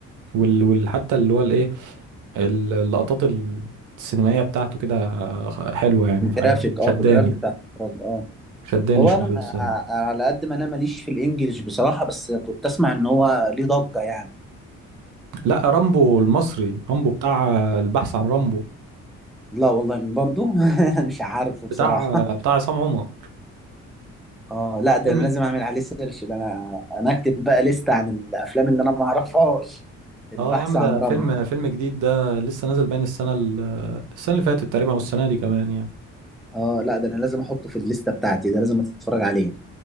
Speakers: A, on the right (about 85°); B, in the centre.
A: وال... وال... حتى اللي هو الإيه ال- اللقطات السينمائية بتاعته كده حلوة يعني
B: الجرافيك
A: فعلا
B: اه
A: شداني
B: الجرافيك بتاع الفرج، اه
A: شداني
B: هو
A: شوية
B: انا ما-
A: الصراحة
B: ع- على قد ما انا ماليش في الانجليش بصراحة بس كنت اسمع ان هو ليه ضجة يعني
A: لا رامبو المصري رامبو بتاع البحث عن رامبو
B: لا والله برضو <laughs> مش عارفه بصراحة
A: بتاع بتاع عصام عمر
B: اه لا ده
A: فيلم
B: انا لازم اعمل عليه سيرش ده انا انا اكتب بقى لستة عن الافلام اللي انا ما اعرفهاش البحث
A: اه يا عم ده
B: عن رم
A: فيلم فيلم جديد ده لسه نازل بين السنة ال- السنة اللي فاتت تقريبا او السنة دي كمان يعني
B: اه لا ده انا لازم احطه في الليستة بتاعتي ده لازم اتفرج عليه